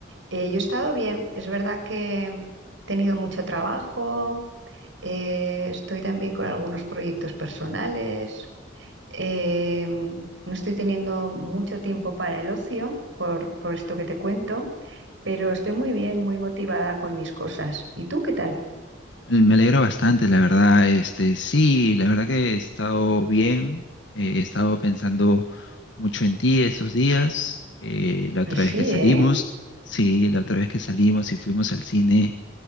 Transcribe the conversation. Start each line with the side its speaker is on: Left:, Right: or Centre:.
Right: Eh, yo he estado bien, es verdad que he tenido mucho trabajo, eh, estoy también con algunos proyectos personales, eh, no estoy teniendo mucho tiempo para el ocio por, por esto que te cuento, pero estoy muy bien, muy motivada con mis cosas. ¿Y tú qué tal?
Left: Eh, Me alegro bastante, la verdad. Este, sí, la verdad que he estado bien. eh, he estado pensando mucho en ti estos días. eh, la
Right: Así,
Left: otra vez que salimos,
Right: ¿eh?
Left: sí, la otra vez que salimos y fuimos al cine,